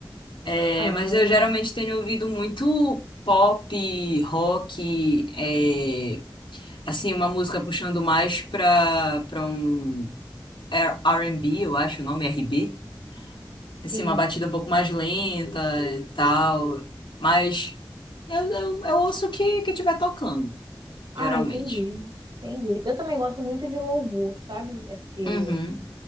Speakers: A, on the left; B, on the right.
A: É,
B: Ah,
A: mas eu geralmente tenho ouvido muito pop, rock, é, assim, uma música puxando mais pra, pra um R&B, eu acho o nome, RB. Assim,
B: sim.
A: uma batida um pouco mais lenta e tal. Mas eu, eu, eu ouço o que, que estiver tocando,
B: Ah,
A: geralmente.
B: entendi. Entendi. Eu também gosto muito de louvor, sabe? É porque
A: Uhum,